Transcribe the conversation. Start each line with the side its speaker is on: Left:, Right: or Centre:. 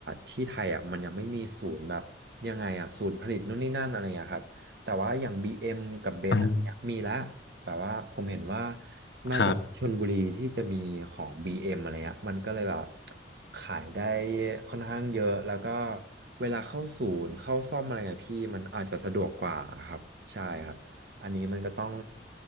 Right: ที่ไทยอ่ะมันยังไม่มีศูนย์แบบยังไงอ่ะศูนย์ผลิตนู่นนี่นั่นอะไรอย่างเงี้ยครับแต่ว่าอย่าง BM กับเบนซ์มีแล้ว
Left: อืม
Right: แบบว่าผมเห็นว่าน่าจะชลบุรีที่จะมีของ
Left: ครับ
Right: BM อมอะไรเงี้ยมันก็เลยแบบขายได้ค่อนข้างเยอะแล้วก็เวลาเข้าศูนย์เข้าซ่อมอะไรเงี้ยพี่มันอาจจะสะดวกกว่าครับใช่ครับอันนี้มันก็ต้อง